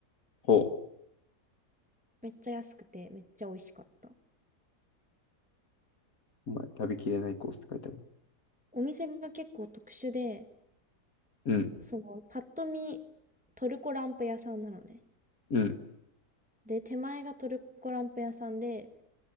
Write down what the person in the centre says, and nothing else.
めっちゃ安くて、めっちゃ美味しかった。
お店が結構特殊で、
その、パッと見、トルコランプ屋さんなのね。
で、手前がトルコランプ屋さんで、